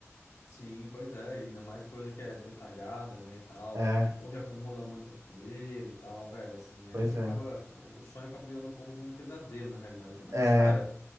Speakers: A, on the left; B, on the right.
A: Sim, pois é, e ainda mais coisa que é detalhada, né, e tal,
B: É,
A: ou que acumula muita poeira e tal, velho, assim, é,
B: pois
A: acaba,
B: é.
A: o sonho acaba virando um pouco de um pesadelo, na realidade, né, mas,
B: É,
A: cara,